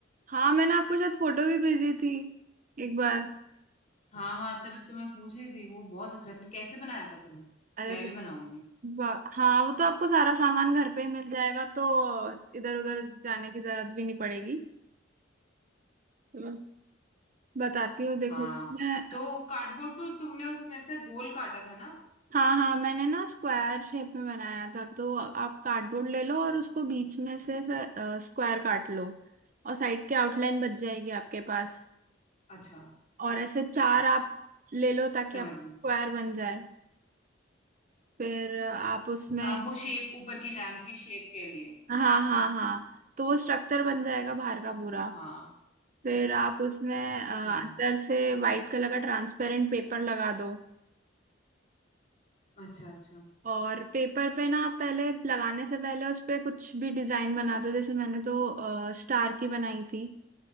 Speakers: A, on the right (about 40°); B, on the left (about 35°).
A: हाँ मैंने आपको शायद फोटो भी भेजी थी एक बार
B: हाँ हाँ तभी तो मैं पूछ रही थी वो बहुत अच्छा आपने कैसे बनाया था फिर वो
A: अरे
B: मैं भी बनाऊंगी
A: वाह, हाँ वो तो आपको सारा सामान घर पे ही मिल जाएगा तो इधर उधर जाने की जरूरत भी नहीं पड़ेगी तो बताती हूँ देखो
B: हाँ
A: मैं
B: तो कार्डबोर्ड तो तुमने उसमें से गोल काटा था ना
A: हाँ हाँ मैंने ना स्क्वायर शेप में बनाया था तो आप कार्डबोर्ड ले लो और उसको बीच
B: जिसकी-
A: में से स्क्वायर काट लो और साइड के आउटलाइन बच जाएगी आपके पास
B: अच्छा
A: और ऐसे चार आप ले लो ताकि
B: समझ
A: आप
B: गई
A: स्क्वायर बन जाए फिर अ, आप उसमें
B: आ, वो शेप ऊपर की लैम्प की शेप के लिए
A: हाँ हाँ हाँ तो वो स्ट्रक्चर बन जाएगा बाहर का पूरा
B: हाँ
A: फिर आप उसमें अ,
B: हाँ
A: अंदर से वाइट कलर का ट्रांसपेरेंट पेपर लगा दो
B: अच्छा अच्छा
A: और पेपर पे ना पहले लगाने से पहले उस पे कुछ भी डिजाइन बना दो जैसे मैंने तो अ, स्टार की बनाई थी